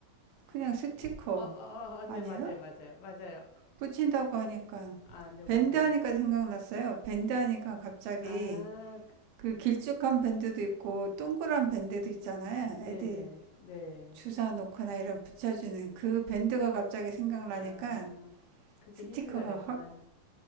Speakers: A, on the right; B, on the left.
A: 그냥 스티커.
B: 어, 어, 어, 어, 네,
A: 아니에요?
B: 맞아요, 맞아요, 맞아요.
A: 붙인다고 하니까
B: 아, 네, 맞아요.
A: 밴드 하니까 생각났어요. 밴드 하니까 갑자기
B: 아, 그-
A: 그 길쭉한 밴드도 있고 동그란 밴드도 있잖아요.
B: 네네,
A: 애들
B: 네. 네.
A: 주사 놓거나 이런 붙여주는 그 밴드가 갑자기 생각나니까
B: 아, 그게
A: 스티커가
B: 힌트가 됐구나.
A: 확